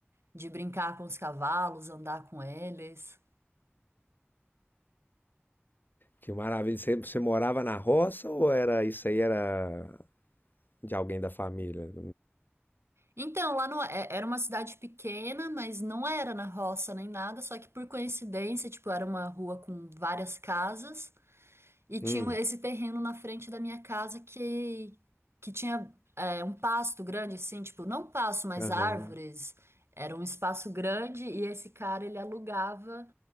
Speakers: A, on the right (about 70°); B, on the left (about 45°).
A: de brincar com os cavalos, andar com eles.
B: que maravilha. Você, você morava na roça ou era isso aí era de alguém da família?
A: Então, lá no, é- era uma cidade pequena, mas não era na roça nem nada, só que por coincidência, tipo, era uma rua com várias casas e tinha
B: Hum,
A: um, esse terreno na frente da minha casa que, que tinha é, um pasto grande, assim, tipo, não pasto, mas
B: aham.
A: árvores. Era um espaço grande e esse cara, ele alugava